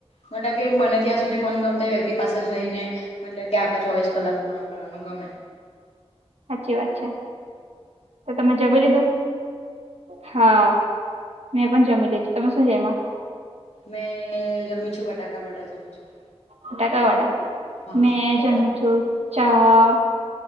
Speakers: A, on the left; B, on the right.
A: મતલબ કે બને ત્યાં સુધી મનગમતા વ્યક્તિ પાસે જઈને મતલબ કે આખા ચોવીસ કલાક પૂરા કરવાનું ગમે.
B: હાચી વાત છે તો તમે જમી લીધું હા. મેં પણ જમી લીધુ તમે શું જયમાં
A: મેં જમી છું બટાકા વડા જમી છું.
B: બટાકા વડા
A: હા
B: મેં
A: તમે
B: જમી છું. ચા